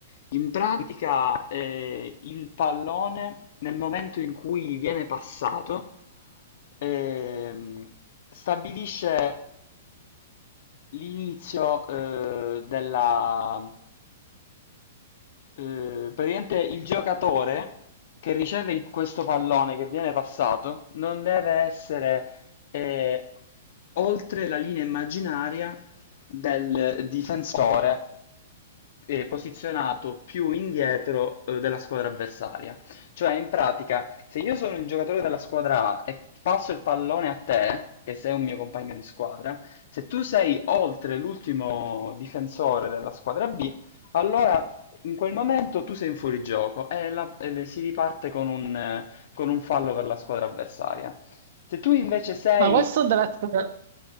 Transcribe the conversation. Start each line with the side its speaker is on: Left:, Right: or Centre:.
Left: In pratica, eh, il pallone nel momento in cui viene passato, ehm, stabilisce l'inizio, eh, della, eh, praticamente il giocatore che riceve il- questo pallone che viene passato non deve essere eh, oltre la linea immaginaria del difensore eh, posizionato più indietro eh, della squadra avversaria. Cioè, in pratica, se io sono il giocatore della squadra A e passo il pallone a te, che sei un mio compagno di squadra, se tu sei oltre l'ultimo difensore della squadra B, allora, in quel momento tu sei in fuorigioco e, la- e le- si riparte con un, eh, con un fallo per la squadra avversaria. Se tu invece sei,
Right: Ma questo deve essere,